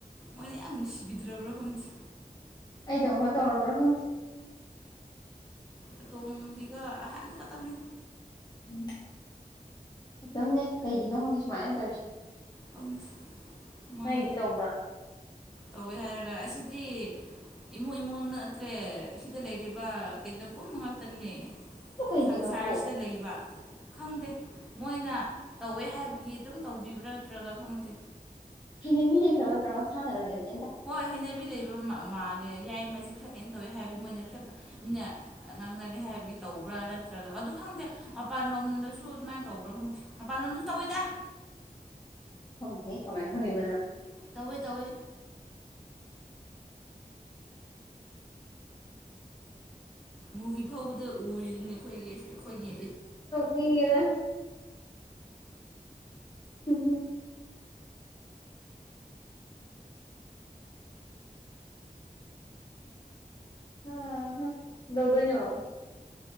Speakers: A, in the centre; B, on the left.
A: ꯃꯣꯏꯅ ꯌꯥꯝ ꯅꯨꯡꯁꯤꯕꯤꯗ꯭ꯔꯕ꯭ꯔꯥ ꯈꯪꯗꯦ
B: ꯑꯩꯗꯧ ꯇꯧꯔꯝꯕ꯭ꯔꯣ ꯈꯪꯗꯦ
A: ꯑꯇꯣꯝꯕꯤꯒ ꯑꯍꯟ ꯈꯛꯇꯪꯅꯤ
B: ꯎꯝ ꯑꯗꯨꯝꯅꯦ ꯀꯩꯒꯤꯅꯣ ꯈꯪꯗꯦ ꯁꯨꯃꯥꯏꯅ ꯇꯧꯔꯤꯁꯦ
A: ꯈꯪꯗꯦ ꯃꯣꯏ
B: ꯅꯣꯏꯒꯤꯗꯤ ꯇꯧꯕ꯭ꯔꯥ
A: ꯇꯧꯋꯦ ꯍꯥꯏꯔꯒ ꯑꯁꯤꯗꯤ ꯏꯃꯨꯡ ꯏꯃꯨꯡ ꯅꯠꯇ꯭ꯔꯦ ꯑꯁꯤꯗ ꯂꯩꯔꯤꯕ ꯀꯩꯅꯣ ꯄꯨꯝ ꯃꯉꯥꯛꯇꯅꯦ
B: ꯑꯗꯨ ꯀꯩꯒꯤꯅꯣꯀꯣ
A: ꯁꯪꯁꯥꯔꯁꯤꯗ ꯂꯩꯕ ꯈꯪꯗꯦ ꯃꯣꯏꯅ ꯇꯧꯋꯦ ꯍꯥꯏꯕꯒꯤ ꯑꯗꯨꯝ ꯇꯧꯕꯤꯕ꯭ꯔꯥ ꯅꯠꯇ꯭ꯔꯒ ꯈꯪꯗꯦ
B: ꯍꯩꯅꯕꯤ ꯂꯩꯈ꯭ꯔꯕ ꯅꯠꯇ꯭ꯔꯃ ꯁꯥꯟꯅꯔꯒꯅꯦ
A: ꯍꯣꯏ ꯍꯩꯅꯕꯤ ꯂꯩꯕ ꯃꯥꯜꯂꯦ ꯌꯥꯏ ꯃꯁꯤ ꯈꯔ ꯀꯩꯅꯣ ꯇꯧꯋꯤ ꯍꯥꯏꯕꯗꯤ ꯃꯣꯏꯅ ꯈꯔ ꯃꯤꯅ ꯉꯥꯡꯅꯔꯦ ꯍꯥꯏꯕꯒꯤ ꯇꯧꯕ꯭ꯔꯥ ꯅꯠꯇ꯭ꯔꯒ ꯑꯗꯨ ꯈꯪꯗꯦ ꯃꯄꯥꯟ ꯂꯣꯝꯗꯁꯨ ꯑꯗꯨꯃꯥꯏꯅ ꯇꯧꯕ꯭ꯔꯥ ꯈꯪꯗꯦ ꯃꯄꯥꯟ ꯂꯣꯝꯗꯁꯨ ꯇꯧꯋꯦꯗ
B: ꯈꯪꯗꯦ ꯀꯃꯥꯏ ꯈꯪꯉꯤꯕ ꯅꯪ
A: ꯇꯧꯋꯦ ꯇꯧꯋꯦ ꯃꯨꯚꯤ ꯐꯥꯎꯕꯗ ꯎꯔꯤꯅꯤ ꯑꯩꯈꯣꯏꯒꯤ ꯑꯩꯈꯣꯏꯒꯤ
B: <unintelligible> ꯎꯝ ꯑꯍꯥ ꯀꯩꯗꯧꯗꯣꯢꯅꯣ